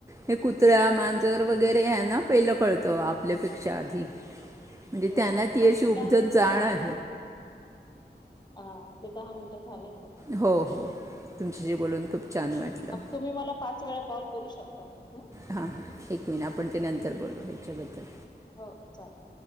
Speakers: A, on the right; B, on the left.
A: हे कुत्र्या, मांजर वगैरे आहे ना पहिलं कळतं आपल्यापेक्षा आधी म्हणजे
B: हो.
A: त्यांना ती
B: आपले
A: अशी उपजत
B: मिनिटं
A: जाण
B: ह आपले दहा मिनट झाले.
A: हो हो तुमच्याशी बोलून खूप छान वाटलं
B: तुम्ही मला पाच वेळा कॉल करू शकता. <unintelligible>
A: हा ऐक आपण ते नंतर बोलू ह्याच्याबद्दल
B: हो चालेल